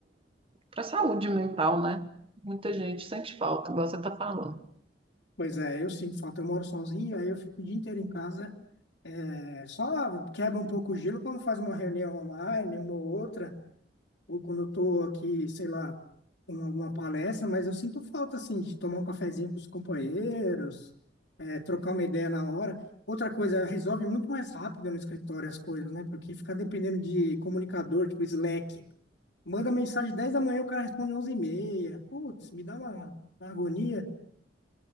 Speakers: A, on the right (about 30°); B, on the left (about 80°).
A: para saúde mental, né? Muita gente sente falta, igual você está falando.
B: Pois é, eu sinto falta. Eu moro sozinho, aí eu fico o dia inteiro em casa. É, só quebra um pouco o gelo quando faz uma reunião online, uma ou outra, ou quando eu tô aqui, sei lá, com alguma palestra, mas eu sinto falta, assim, de tomar um cafezinho com os companheiros, é, trocar uma ideia na hora. Outra coisa, resolve muito mais rápido no escritório as coisas, né? Porque ficar dependendo de comunicador, tipo Slack. Manda mensagem 10 da manhã, o cara responde onze e meia Putz, me dá uma, uma agonia.